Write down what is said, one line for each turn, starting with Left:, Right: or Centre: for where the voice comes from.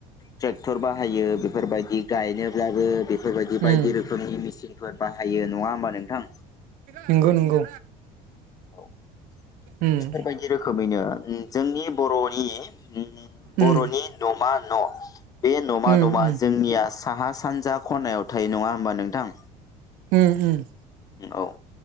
Left: ट्रेक्टर बाहायो बेफोरबायदि गायनोब्लाबो बेफोरबायदि बायदि
Right: उम
Left: रोखोमनि मिसिनफोर बाहायो नङा होमबा नोंथां?
Right: नंगौ नंगौ
Left: औ
Right: उम
Left: बेफोरबायदि रोखोमैनो उम जोंनि बर'नि उम बर'नि
Right: उम
Left: न'मा बे न'मा
Right: उम
Left: न'आ
Right: उम
Left: जोंनिया साहा सानजा खनायाव थायो नङा होमबा नोंथां?
Right: उम उम
Left: ओ औ